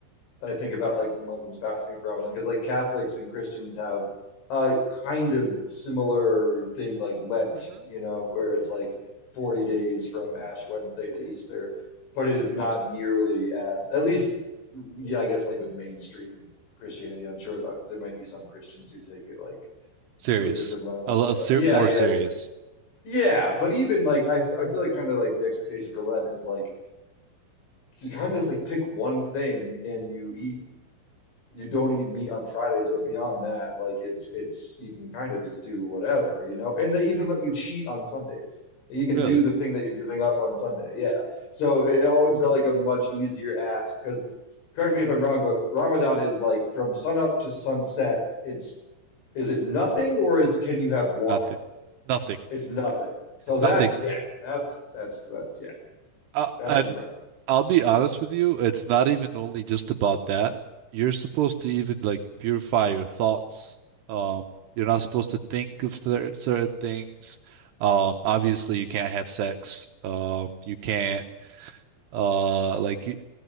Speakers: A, on the left (about 70°); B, on the right (about 70°).
A: I think about like Muslims fasting for Ramadan because like Catholics and Christians have a kind of similar thing like Lent,
B: Mhm.
A: you know, where it's like 40 days from Ash Wednesday to Easter, but it is not nearly as at least yeah, I guess like with mainstream Christianity, I'm sure uh, there might be some Christians who take it like
B: serious.
A: to a different level,
B: A lot
A: but
B: ser
A: yeah,
B: more
A: yeah.
B: serious.
A: Yeah, but even like I I feel like kind of like the expectation for Lent is like you kind of just like pick one thing and you eat you don't eat meat on Fridays, but beyond that, like it's it's you can kind of just do whatever, you know. And they even let you cheat on Sundays. You can
B: Really.
A: do the thing that you're giving up on Sunday. Yeah. So it always felt like a much easier ask because correct me if I'm wrong, but Ramadan is like from sunup to sunset, it's is it nothing or is can you have water?
B: Nothing. Nothing.
A: It's nothing. So that's
B: Nothing.
A: yeah, that's that's that's yeah,
B: Uh,
A: that's
B: and
A: impressive.
B: I'll be honest with you, it's not even only just about that. You're supposed to even like purify your thoughts. Um, you're not supposed to think of cer certain things. Um, obviously you can't have sex. Um, you can't uh like y-